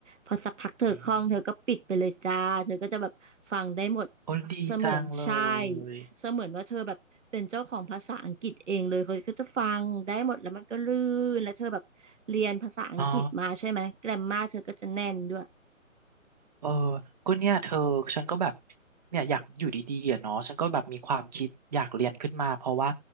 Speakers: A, on the right (about 60°); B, on the right (about 30°).
A: พอสักพักเธอคล่องเธอก็ปิดไปเลยจ้าเธอก็จะแบบฟังได้หมด
B: อืมโอ้ดีจังเล
A: เสมือนใช่
B: ย
A: เสมือนว่าเธอแบบเป็นเจ้าของภาษาอังกฤษเองเลยเขาก็จะฟังได้หมดแล้วมันก็ลื่นแล้วเธอแบบเรียนภาษาอังกฤษมาใช่ไหมแกรมมาเธอก็จะแน่นด้วย
B: อ๋อ เออก็เนี่ยเธอฉันก็แบบเนี่ยอยากอยู่ดีๆอะเนาะฉันก็แบบมีความคิดอยากเรียนขึ้นมาเพราะว่า